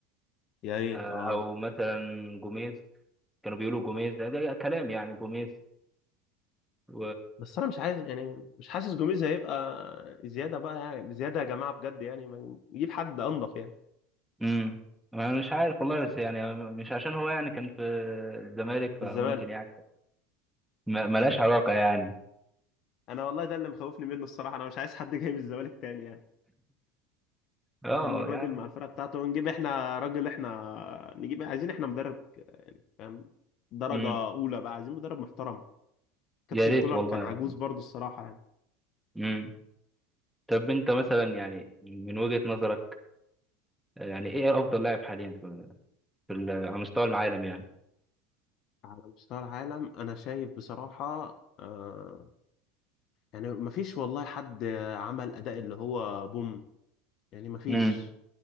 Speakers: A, on the left (about 55°); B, in the centre.
A: يا ريت
B: آه،
A: اه
B: او مثلا جوميز كانوا بيقولوا جوميز ده, ده كلام يعني جوميز و
A: بس انا مش عايز يعني مش حاسس جوميز هيبقى زياده بقى يعني زياده يا جماعه بجد يعني ما نجيب حد انضف يعني
B: امم انا مش عارف والله بس
A: يعني
B: يعني مش عشان هو يعني كان في الزمالك فممكن
A: من الزمالك
B: يعني ما- ملهاش علاقة يعني
A: انا والله ده اللي مخوفني منه الصراحه انا مش عايز حد جاي من الزمالك تاني يعني
B: اه
A: نخلي الراجل
B: يعني
A: مع الفرقه بتاعته ونجيب احنا راجل احنا نجيب عايزين احنا مدرب يعني فاهم درجه
B: امم
A: اولى بقى عايزين مدرب محترم كابتن
B: يا ريت
A: كولر
B: والله
A: كان عجوز برضه الصراحه يعني
B: امم طب انت مثلا يعني من وجهة نظرك يعني ايه افضل لاعب حاليا في, في ال- على مستوى العالم يعني
A: على مستوى العالم انا شايف بصراحة آه يعني مفيش والله حد عمل اداء اللي هو بوم يعني مفيش
B: امم